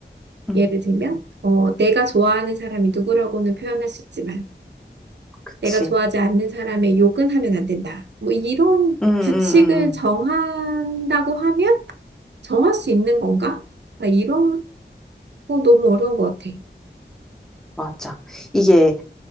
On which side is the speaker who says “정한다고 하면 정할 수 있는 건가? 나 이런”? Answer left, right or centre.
Right